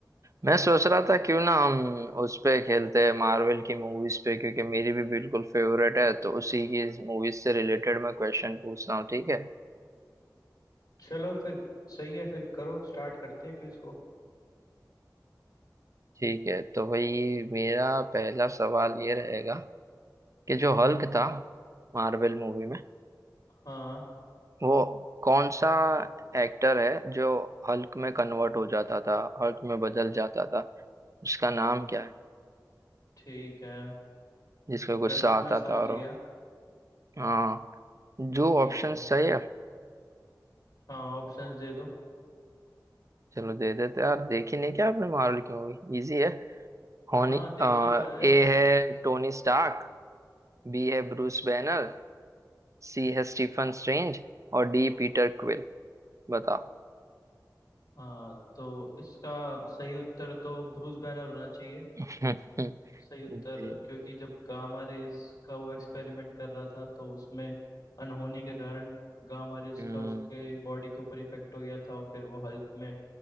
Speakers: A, on the right (about 45°); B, on the left (about 50°).
A: मैं सोच रहा था क्यों ना हम उस पे खेलते हैं मार्वल की मूवीज पे क्योंकि मेरी भी बिल्कुल फेवरेट है तो उसी की मूवीज से रिलेटेड मैं क्वेश्चन पूछ रहा हूँ ठीक है
B: चलो फिर सही है फिर करो स्टार्ट करते हैं क्विज को
A: ठीक है तो भाई मेरा पहला सवाल ये रहेगा कि जो हल्क था मार्वल मूवी में
B: हाँ
A: वो कौन सा एक्टर है जो हल्क में कन्वर्ट हो जाता था हल्क में बदल जाता था उसका नाम क्या है
B: ठीक है
A: जिसको गुस्सा
B: प्रश्न
A: आता
B: मैं समझ
A: था और
B: गया
A: वो- हाँ जो
B: ठीक
A: ऑप्शन
B: है
A: सही है
B: हाँ ऑप्शंस दे दो
A: चलो दे देते हैं। यार देखी नहीं क्या आपने मार्वल की मूवी इजी है होनी
B: हाँ देखी तो है
A: ए है टोनी स्टार्क बी है ब्रूस बैनर सी है स्टीफन स्ट्रेंज और डी पीटर क्विल बताओ
B: हाँ तो इसका सही उत्तर तो ब्रूस बैनर होना चाहिए
A: <laughs>
B: सही उत्तर
A: जी
B: क्योंकि जब गामा रेज का वो एक्सपेरिमेंट कर रहा था तो उसमें अनहोनी के कारण गामा रेज
A: हम्म
B: का उसके बॉडी के ऊपर इफेक्ट हो गया था और फिर वो हल्क में